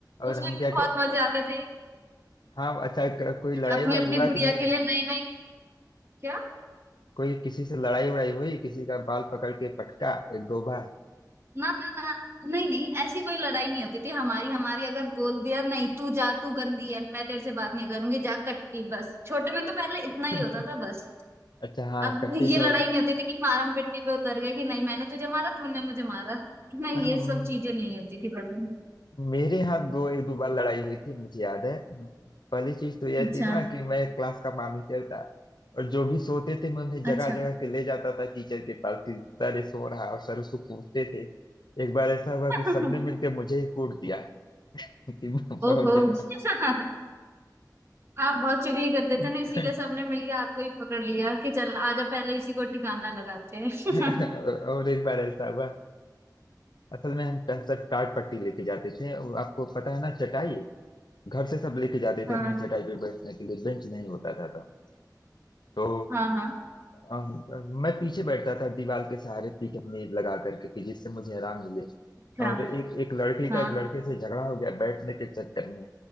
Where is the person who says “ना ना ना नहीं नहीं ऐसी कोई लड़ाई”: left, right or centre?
Right